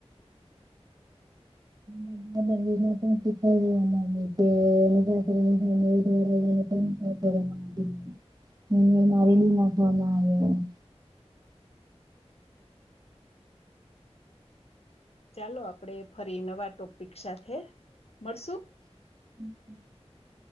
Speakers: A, on the right (about 35°); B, on the left (about 65°).
A: <unintelligible> <unintelligible>
B: ચાલો આપડે ફરી નવા ટોપિક સાથે મળશું.
A: <unintelligible>